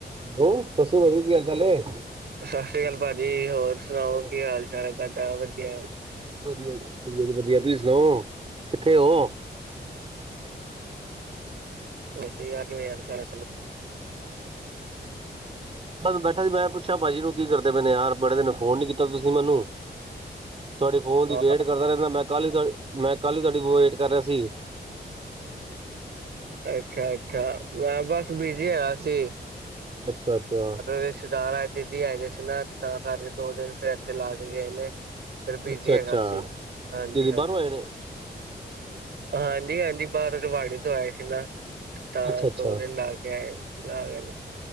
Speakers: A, on the right; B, on the right.
A: Hello ਸਤਿ ਸ਼੍ਰੀ ਅਕਾਲ ਭਾਜੀ ਕੀ ਹਾਲ ਚਾਲ ਏ
B: ਸਸ ਸੀ ਕਾਲ ਭਾਜੀ ਹੋਰ ਸੁਣਾਓ
A: ਹੋਰ
B: ਕੀ ਹਾਲ ਚਾਲ ਐ ਤੁਆਡਾ ਵਦੀਆ।
A: ਵਦੀਆ, ਵਦੀਆ ਜੀ ਵਧੀਆ, ਤੁਸੀਂ ਸੁਣਾਓ ਕਿੱਥੇ ਓ?
B: ਵੈਸੇ ਈ ਆ ਕਿਵੇਂ ਯਾਦ ਕਰ <unintelligible>
A: ਬਸ ਬੈਠਾ ਜੀ ਮੈਂ ਪੁੱਛਿਆ ਪਾਜੀ ਨੂੰ ਕੀ ਕਰਦੇ ਪਏ ਨੇ ਯਾਰ ਬੜੇ ਦਿਨ ਫੋਨ ਨੀ ਕੀਤਾ ਤੁਸੀਂ ਮੈਨੂੰ ਤੁਆਡੀ ਫੋਨ ਦੀ
B: ਹਾਂ
A: ਵੇਟ ਕਰਦਾ ਰਹਿਨਾ ਮੈਂ ਕੱਲ ਹੀ, ਮੈਂ ਕੱਲ ਹੀ ਤੁਆਡੀ ਵੇਟ ਕਰ ਰਿਆ ਸੀ
B: ਅੱਛਾ-ਅੱਛਾ, ਮੈਂ ਬਸ ਬਿਜੀ ਹੈਗਾ ਸੀ।
A: ਅੱਛਾ-ਅੱਛਾ
B: ਰਿਸ਼ਤੇਦਾਰ ਘਰ ਦੀਦੀ ਆਏ ਪਏ ਸੀ ਨਾ ਤੇ ਤਾਂ ਕਰਕੇ ਦੋ ਦਿਨ ਫੇਰ ਇੱਥੇ ਲਾ ਕੇ ਗਏ ਨੇ ਫਿਰ ਬੀਜੀ
A: ਅੱਛਾ ਅੱਛਾ
B: ਹੈਗਾ ਸੀ ਹਾਂਜੀ-ਹਾਂਜੀ
A: ਦੀਦੀ ਬਾਹਰੋਂ ਆਏ ਨੇ
B: ਹਾਂਜੀ-ਹਾਂਜੀ ਬਾਹਰੋਂ ਰਿਵਾੜੀ ਤੋਂ ਆਏ ਸੀ ਨਾ ਤਾਂ
A: ਅੱਛਾ ਅੱਛਾ
B: ਦੋ ਦਿਨ ਲਾ ਕੇ ਆਏ ਲਾ ਗਏ ਨੇ